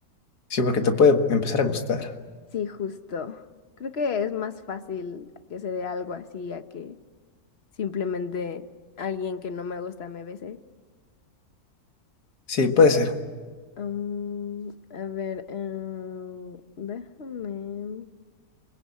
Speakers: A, on the left; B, on the left.
A: Sí, porque te puede empezar a gustar.
B: Sí, justo. Creo que es más fácil que se dé algo así a que simplemente alguien que no me gusta me bese.
A: Sí, puede ser,
B: Mm, a ver, eh, déjame.